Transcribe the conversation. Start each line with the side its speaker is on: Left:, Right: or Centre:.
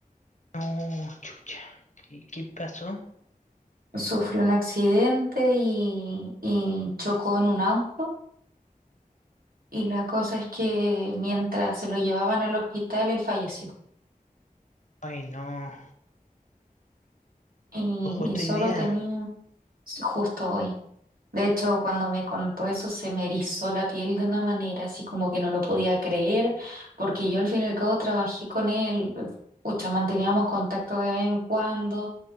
Left: No, chucha. ¿Y qué pasó?
Right: Sufrió un accidente y, y chocó en un auto. Y la cosa es que mientras se lo llevaban al hospital, él falleció.
Left: Ay, no.
Right: Y,
Left: Pues justo
Right: y solo
Left: hoy día.
Right: tenía, sí, justo hoy. De hecho, cuando me contó eso se me erizó la piel de una manera así como que no lo podía creer, porque yo al fin y al cabo trabajé con él, eh, pucha, manteníamos contacto de vez en cuando